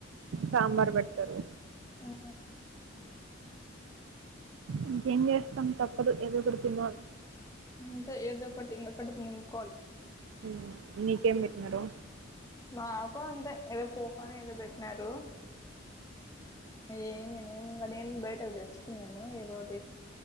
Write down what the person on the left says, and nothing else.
ఓ
ఇంతే ఏదో ఒకట్ కడుపు నింపుకోవాలి.
మాకు అంతే ఏదో పోహానో ఏదో పెట్టినారు ఏమ్ నేను బయటది తెచ్చుకున్నాను ఏవోది